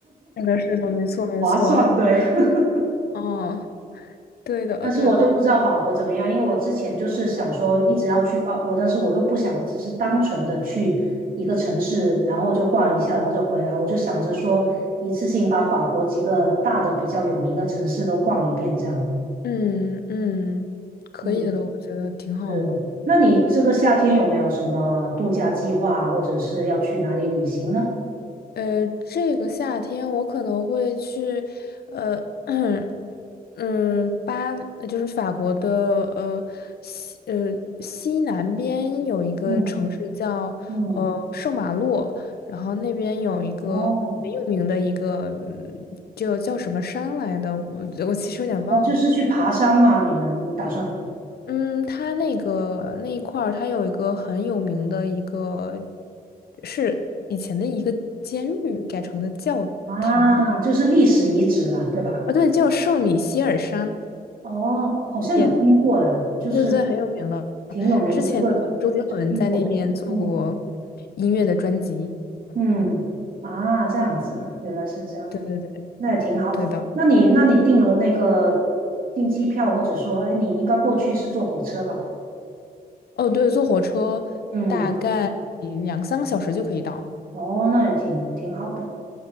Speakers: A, on the left; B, on the right.
A: 是的，是的，没错，
B: <laughs>
A: 没错。
B: 划算，对。<laughs>
A: 哦，对的，
B: 但是我就不知道法国怎么样，
A: 对的。
B: 因为我之前就是想说一直要去法国，但是我又不想只是单纯的去一个城市，然后就逛一下，然后就回来。我就想着说一次性把法国几个大的比较有名的城市都逛一遍，这样。
A: 嗯嗯，可以的，
B: 嗯，
A: 我觉得挺好的。
B: 是。那你这个夏天有没有什么度假计划，或者是要去哪里旅行呢？
A: 呃，这个夏天我可能会去，呃，<clears throat> 嗯，巴就是法国的呃西呃西南边有一个城市叫呃圣马洛，
B: 嗯嗯，
A: 然后那边有一个很有名的一个，
B: 哦
A: 嗯就叫什么山来的，我我其实有点忘了。
B: 哦，就是去爬山嘛，你们你打算
A: 嗯，它那个那一块儿，它有一个很有名的一个，是以前的一个监狱改成的教堂
B: 啊，就是历史遗址啦，对吧？
A: 啊，对，叫圣米歇尔山，
B: 哦，好像有听过，
A: 也
B: 哎，就是
A: 对对对，很有名的。
B: 挺有名，
A: 之前那个周杰伦在那边做过
B: 这个听过。嗯
A: 音乐的专辑，
B: 嗯，
A: 嗯，
B: 啊，这样子啊，原来是这样，
A: 对对对，
B: 那也挺好的。
A: 对的。
B: 那你那你订了那个订机票，或者说，哎，你应该过去是坐火车吧？
A: 哦，对，坐火车大概两三个小时就可以到。
B: 嗯，哦，那也挺挺好的。